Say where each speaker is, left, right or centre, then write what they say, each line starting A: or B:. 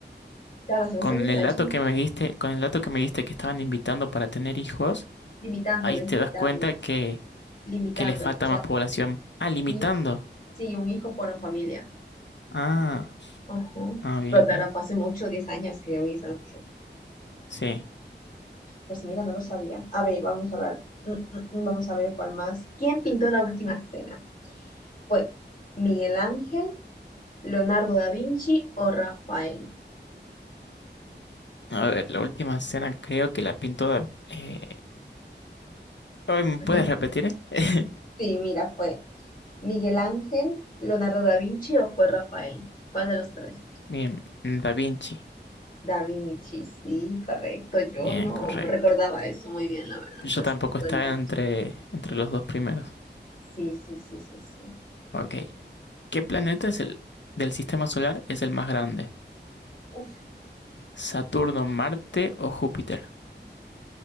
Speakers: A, on the left; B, on the left.
A: Claro, hace unos
B: con
A: años
B: el
A: era
B: dato
A: China.
B: que me diste, con el dato que me diste que estaban invitando para tener hijos,
A: Limitándoles,
B: ahí te
A: limitándoles,
B: das cuenta que,
A: limitándoles.
B: que les falta
A: O sea,
B: más población. Ah, limitando.
A: un hij- sí, un hijo por familia.
B: Ah,
A: Ajá.
B: ah, bien,
A: Pero claro,
B: bien.
A: fue hace mucho, 10 años que oí esa noticia.
B: Sí.
A: Pues mira, no lo sabía. A ver, vamos a ver mm, mm, mm, Vamos a ver cuál más. ¿Quién pintó la última cena? ¿Fue Miguel Ángel, Leonardo da Vinci o Rafael?
B: A ver, la última escena creo que la pintó Da... eh, ay, ¿me
A: <laughs>
B: puedes repetir, eh?
A: Sí, mira, fue Miguel Ángel, Leonardo da Vinci o fue Rafael. ¿Cuál de los tres?
B: <laughs> Bien, Da Vinci.
A: Da Vinci, sí, correcto. Yo
B: Bien,
A: no
B: correcto.
A: recordaba eso muy bien, la verdad,
B: Yo
A: pero
B: tampoco
A: sí, fue
B: estaba
A: el Da Vinci.
B: entre, entre los dos primeros.
A: sí, sí, sí, sí, sí.
B: Ok. ¿Qué planeta es el del sistema solar es el más grande?
A: Uf,
B: ¿Saturno, Marte o Júpiter?